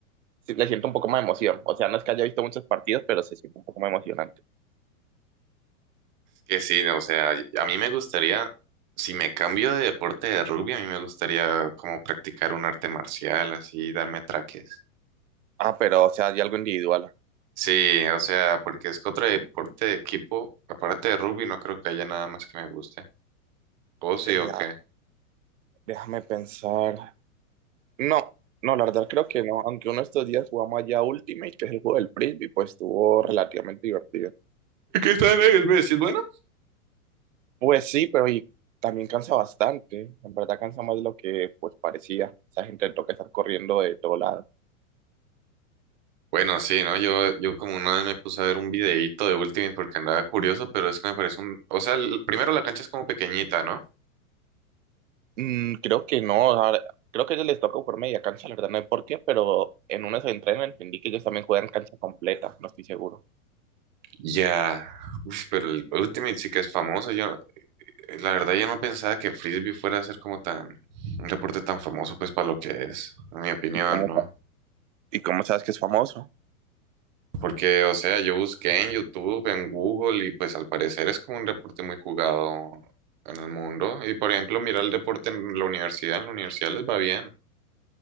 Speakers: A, on the right (about 60°); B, on the right (about 30°).
A: sí le siento un poco más de emoción. O sea, no es que haya visto muchos partidos, pero se siente un poco más emocionante.
B: que sí, no, o sea, y- a mí me gustaría, si me cambio de deporte de rugby, a mí me gustaría como practicar un arte marcial, así, darme traques.
A: Ah, pero, o sea, hay algo individual.
B: Sí, o sea, porque es que otro deporte de equipo, aparte de rugby, no creo que haya nada más que me guste. ¿O sí
A: Eh,
B: o qué?
A: ah, déjame pensar. No, no, la verdad creo que no. Aunque uno de estos días jugamos allá Ultimate, que es el juego del Frisbee, pues estuvo relativamente divertido.
B: ¿Y ¿Qué tal es? ¿Ves? ¿Sí ¿Es bueno?
A: Pues sí, pero y también cansa bastante. En verdad cansa más de lo que pues parecía. Esa gente le toca estar corriendo de todo lado.
B: Bueno, sí, ¿no? Yo, yo como una vez me puse a ver un videíto de Ultimate porque andaba curioso, pero es que me parece un... O sea, el- primero la cancha es como pequeñita, ¿no?
A: Mm, creo que no. la- Creo que a ellos les toca por media cancha, la verdad no sé por qué, pero en uno se entrenan entendí que ellos también juegan cancha completa, no estoy seguro.
B: Ya, uf, pero el Ultimate sí que es famoso. Yo, eh, la verdad, yo no pensaba que Frisbee fuera a ser como tan... Un reporte tan famoso, pues, para lo que es, en mi opinión,
A: ¿Y cómo,
B: ¿no?
A: sa- y cómo sabes que es famoso?
B: Porque, o sea, yo busqué en YouTube, en Google, y pues al parecer es como un deporte muy jugado en el mundo. Y por ejemplo, mira el deporte en la universidad, en la universidad les va bien.